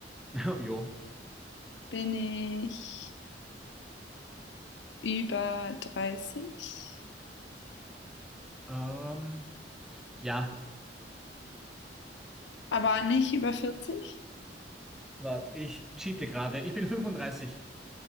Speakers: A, in the centre; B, on the left.
A: <laughs> Jo.
B: Bin ich. über 30,
A: Ähm, ja,
B: aber nicht über vierzig,
A: warte, ich cheate gerade. Ich bin fünfunddreißig.